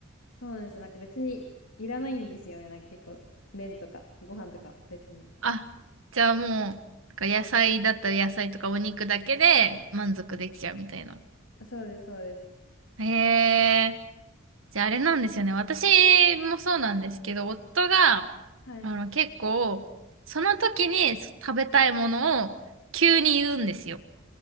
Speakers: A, on the left; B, on the right.
A: そうなんです。なんか別にいらないんですよね。なんか結構麺とかご飯とか別に。
B: あ、じゃあもう、なんか野菜だったら野菜とかお肉だけで満足できちゃうみたいな。
A: そうです、そうです。
B: へえ。じゃああれなんですよね。私もそうなんですけど、夫が、
A: はい。
B: あの、結構、その時に食べたいものを急に言うんですよ。